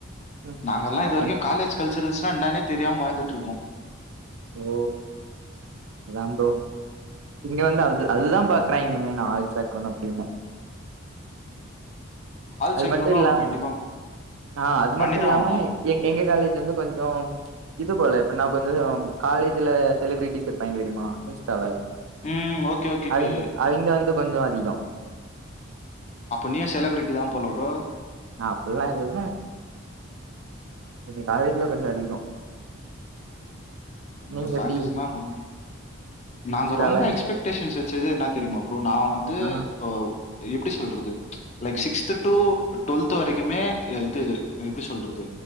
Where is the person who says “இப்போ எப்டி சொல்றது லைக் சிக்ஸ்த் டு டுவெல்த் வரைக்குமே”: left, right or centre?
Left